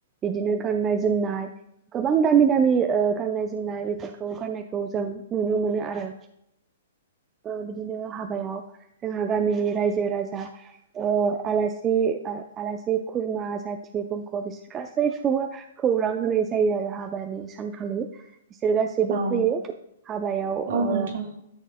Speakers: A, on the right; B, on the right.
A: बिदिनो गाननाय जोमनाय गोबां दामि दामि ओ गाननाय जोमनाय बेफोरखौ गाननायखौ जों नुनो मोनो आरो। ओ बिदिनो हाबायाव जोंहा गामिनि रायजो राजा ओ आलासि आ-आलासि खुरमा जाथि बंख' बिसोर गासैखौबो खौरां होनाय जायो आरो हाबानि सानखालि। बिसोर गासैबो
B: औ
A: फैयो हाबायाव
B: औ
A: ओ
B: नोंथां